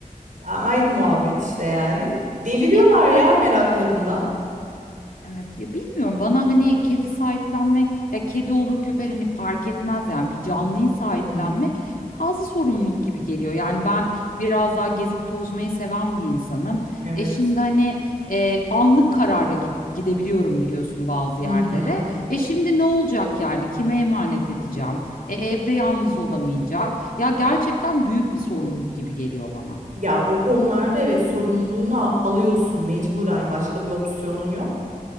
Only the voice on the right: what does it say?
Aynı muhabbet işte yani. Deliriyorlar
ya meraklarından.
Hı.
Evet.
Hı hı.
Ya o konularda evet sorumluluğunu al- alıyorsun mecburen başka bir opsiyonun yok.